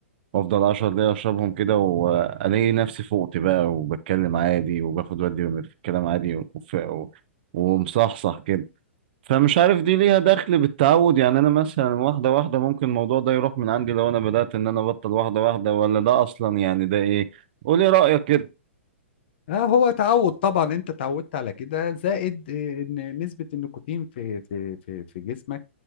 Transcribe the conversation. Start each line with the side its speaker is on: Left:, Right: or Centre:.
Right: وافضل 10 دقايق اشربهم كده والاقي نفسي فوقت بقى وبتكلم عادي وباخد ودي في الكلام عادي وف- ومصحصح كده فمش عارف دي ليها دخل بالتعود يعني انا مثلا واحده واحده ممكن الموضوع ده يروح من عندي لو انا بدات ان انا ابطل واحده واحده ولا ده اصلا يعني ده ايه قولي رايك كده
Left: اه هو تعود طبعا انت اتعودت على كده زائد إيه، ان نسبه النيكوتين في في في في جسمك